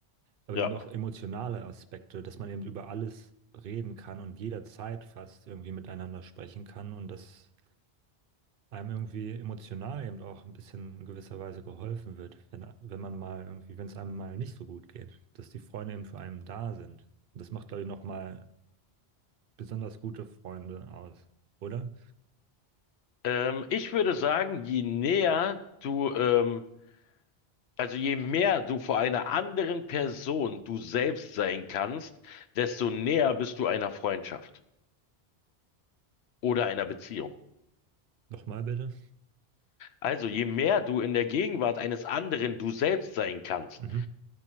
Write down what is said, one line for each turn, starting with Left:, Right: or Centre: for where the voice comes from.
Right: aber
Left: Ja.
Right: eben auch emotionale Aspekte, dass man eben über alles reden kann und jederzeit fast irgendwie miteinander sprechen kann und dass einem irgendwie emotional eben auch ein bisschen in gewisser Weise geholfen wird, wenn, wenn man mal irgendwie, wenn es einem mal nicht so gut geht, dass die Freunde eben für einen da sind. Das macht, glaube ich, nochmal besonders gute Freunde aus, oder?
Left: Ähm, ich würde sagen, je näher du, ähm, also je mehr du vor einer anderen Person du selbst sein kannst, desto näher bist du einer Freundschaft oder einer Beziehung.
Right: Nochmal bitte.
Left: Also je mehr du in der Gegenwart eines anderen du selbst sein kannst,
Right: Mhm.